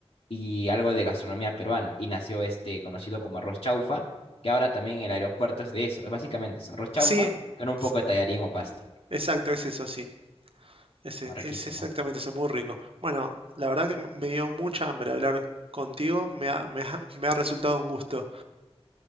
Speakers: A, on the left; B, on the right.
A: y algo de gastronomía peruana y nació este conocido como arroz chaufa, que ahora también el aeropuerto es de eso. Es básicamente es arroz chaufa
B: sí,
A: con un
B: s-
A: poco de tallarín o pasta.
B: exacto, es eso, sí. Es, e-
A: ¿no? Riquísimo.
B: es exactamente eso, muy rico. Bueno, la verdad que me dio mucha hambre hablar contigo, me ha, me ha- me ha resultado un gusto.